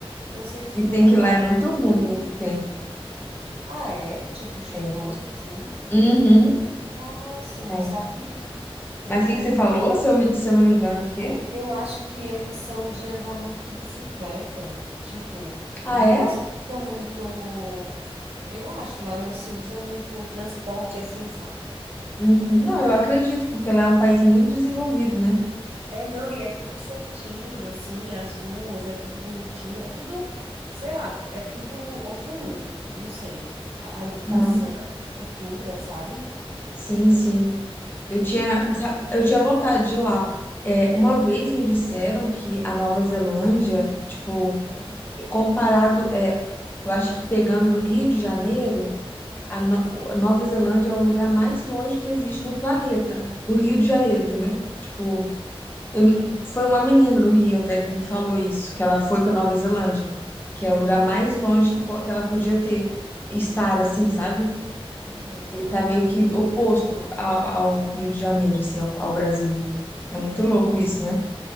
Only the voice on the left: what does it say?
Dizem
que lá é muito ruim o tempo.
É.
Uhum.
É.
Mas o que
que você falou? Se eu, me- se eu não me engano, o quê?
Ah,
é?
Uhum. Não, eu acredito, porque lá é um país muito desenvolvido, né?
Não.
Sim, sim. Eu tinha, sa- eu tinha vontade de ir lá. É, uma vez me disseram que a Nova Zelândia, tipo,
comparado, é, eu acho que pegando do Rio de Janeiro, a, No- a Nova Zelândia é o lugar mais longe que existe no planeta, do Rio de Janeiro, entendeu? Tipo,
Eu, foi uma menina do Rio até que me falou isso, que ela foi para Nova Zelândia, que é o lugar
mais longe que, po- que ela podia ter, estar assim, sabe?
Ele tá meio que oposto ao, ao Rio de Janeiro, assim, ao, ao Brasil. É muito louco isso, né?